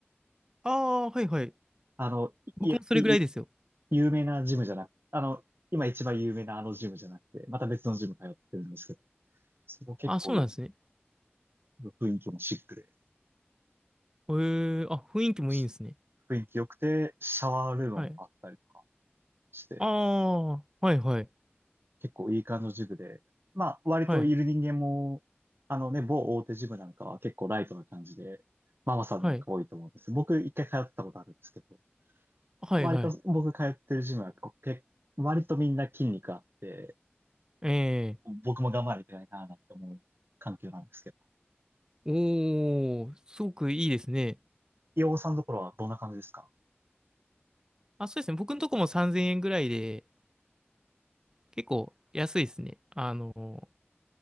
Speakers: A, on the right; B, on the right.
A: ああ、はいはい。
B: あの、
A: 僕もそれぐらいですよ。
B: い、い、い有名なジムじゃなく、あの、今一番有名なあのジムじゃなくて、また別のジム通ってるんですけど、そこ結構よ、
A: あ、そうなんですね。
B: 雰囲気もシックで、
A: へえ、あ、雰囲気もいいんですね。
B: し雰囲気良くて、シャワールームもあったりとか
A: はい。
B: して、
A: ああ、はいはい。
B: 結構いい感じのジムで、まあ、割といる人間も、
A: はい。
B: あのね、某大手ジムなんかは結構ライトな感じで、ママさんなんか多いと思うんです。
A: はい。
B: 僕一回通ったことあるんですけど、
A: はいはい。
B: 割と僕通ってるジムはこうけ、割とみんな筋肉あって、
A: ええ
B: 僕も頑張りないないなって思う環境なんですけど、
A: おー、すごくいいですね。
B: 洋尾さんのところはどんな感じですか
A: あ、そうですね。僕のとこも3000円ぐらいで、結構安いですね。あの、